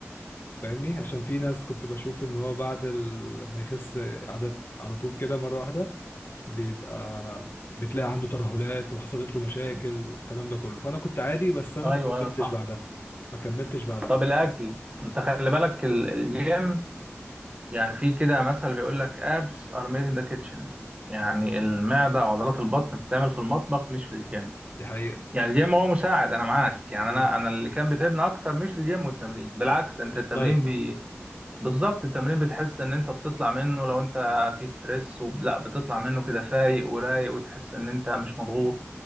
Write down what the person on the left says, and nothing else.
فاهمني عشان في ناس كنت بشوف ان هو بعد ال- ما يخس عدد على طول كده مره واحده بيبقى بتلاقي عنده ترهلات وحصلت له مشاكل والكلام ده كله فانا كنت عادي بس انا
ما كملتش
بعدها ما كملتش بعدها
مم.
دي حقيقة
مم.
الدايت
مم.